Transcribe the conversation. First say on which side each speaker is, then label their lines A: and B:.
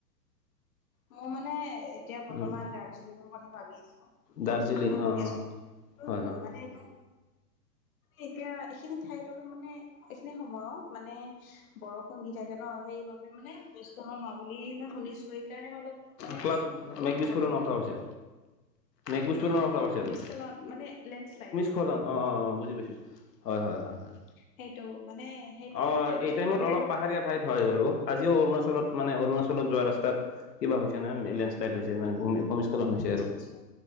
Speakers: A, on the left; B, on the left.
A: মই মানে এতিয়া বৰ্তমান
B: উম
A: দাৰ্জিলিঙৰ কথা ভাবি আছো।
B: দাৰ্জিলিং
A: পৰিকল্পনা
B: অঁ
A: কৰি
B: অঁ
A: আছো,
B: হয়
A: উম
B: হয়
A: মানে
B: হয়
A: এইটো এ এতিয়া এইখিনি ঠাইত অলপ মানে এইখিনি সময়ত মানে বৰষুণ দি থাকে ন' সেইবাবে মানে ভূমিস্খলন হোৱা বুলি মই শুনিছো সেইকাৰণে মই অলপ, মানে,
B: ক্লাউড
A: অলপ
B: মেঘ বিস্ফোৰণৰ
A: ভয়ো লাগে
B: কথা কৈছে
A: বাৰু।
B: মেঘ বিস্ফোৰণৰ
A: নহয়-
B: কথা
A: নহয়
B: কৈছে
A: ভূমিস্খলন
B: আপুনি
A: মানে লেণ্ডশ্লাইড।
B: <unintelligible> অ', অ', অ' বুজি পাইছোঁ হয়, হয়, হয়। হয়
A: সেইটো, মানে সেইটো
B: অ
A: অলপ টেনচন
B: এই টাইমত
A: মানে অলপ
B: পাহাৰীয়া ঠাইত হয় বাৰু, আজিও অৰুণালত মানে অৰুণাচলত যোৱা ৰাস্তা তাত, কিবা হৈছে নহয় মে লেন্ডশ্লাইড হৈছে মানে ভূমি ভূমিস্খলন হৈছে
A: আচ্ছা-
B: আৰু
A: আচ্ছা,